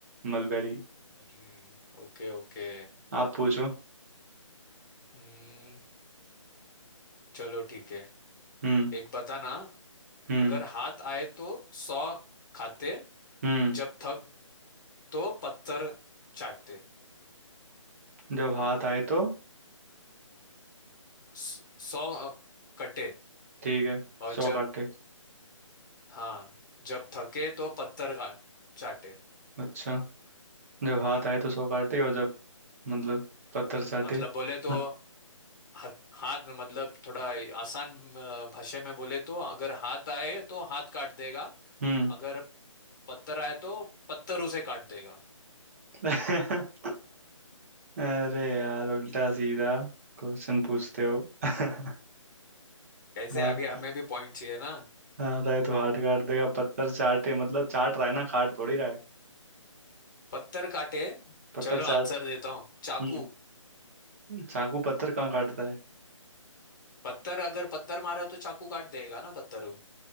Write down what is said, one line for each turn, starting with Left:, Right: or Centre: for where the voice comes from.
Right: मलबेरी
Left: अरे ओके ओके
Right: आप पूछो
Left: हम्म चलो ठीक है
Right: हम्म
Left: एक बताना
Right: हम्म
Left: अगर हाथ आए तो सौ खाते
Right: हम्म
Left: जब थक तो पत्थर चाटते
Right: जब हाथ आए तो
Left: स- सौ अ, कटे
Right: ठीक है
Left: और
Right: सौ
Left: जब
Right: काटे
Left: हाँ जब थके तो पत्थर का चाटे
Right: अच्छा जब हाथ आए तो सौ काटे और जब मतलब पत्थर चाटे
Left: मतलब
Right: हम्म
Left: बोले तो हाथ हाथ मतलब थोड़ा आसान अ, भाषा में बोले तो अगर हाथ आए तो हाथ काट देगा
Right: हम्म।
Left: अगर पत्थर आए तो पत्थर उसे काट देगा
Right: <laughs> अरे यार उल्टा सीधा क्वेश्चन पूछते हो <laughs>
Left: कैसे
Right: हाथ
Left: अभी हमें भी पॉइंट चाहिए ना
Right: हाथ आए तो हाथ काट देगा पत्थर चाटे मतलब चाट रहा है ना काट थोड़ी रहा है
Left: पत्थर काटे
Right: पत्थर
Left: चलो
Right: चाट
Left: आंसर देता हूँ चाकू
Right: हम्म चाकू पत्थर कहाँ काटता है
Left: पत्थर अगर पत्थर मारा तो चाकू काट देगा ना पत्थर को